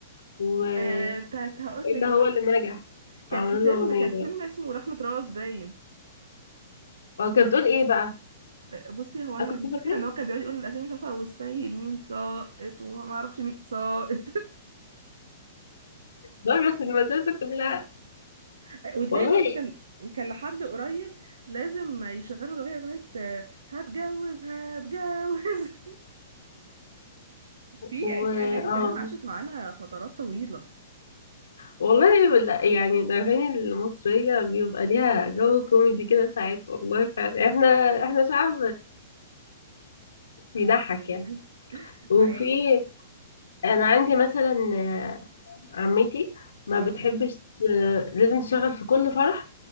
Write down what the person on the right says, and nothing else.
آه، بتاعت هقول لك
كانت
في فيلم
كان
فيلم اسمه رخمة راس باين
آه، بصي هو انا
فاكره
ان هو كان بيقعد يقول الاسامي مش عارفه والسيد مين ساقط وما ما اعرفش مين ساقط
<laughs> وتلاقي
برضو كان كان لحد قريب لازم يشغلوا الاغنيه اغنيه آه، هتجوز هتجوز <laughs> في
في اغاني
كمان عاشت معانا فترات طويله
<laughs>
ما ايه
اه